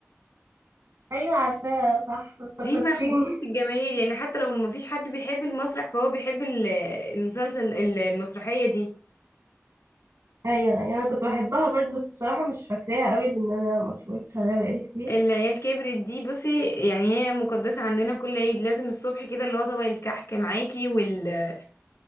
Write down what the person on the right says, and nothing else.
أيوة عارفاها صح
فكرتيني
<laughs> أيوة أيوة أنا كنت بحبها برضه بس بصراحة مش فاكراها قوي لأن أنا ما اتفرجتش عليها بقالي كتير